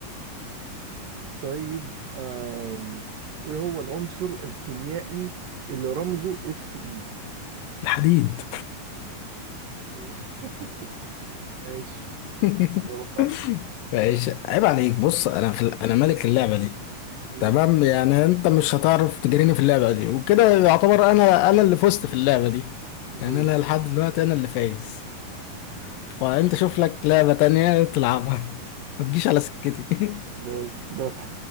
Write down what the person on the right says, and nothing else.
طيب آم. ايه هو العنصر الكيميائي اللي رمزه اف اي
<laughs> ماشي
إجابة صح
مم.
مم.
ماشي.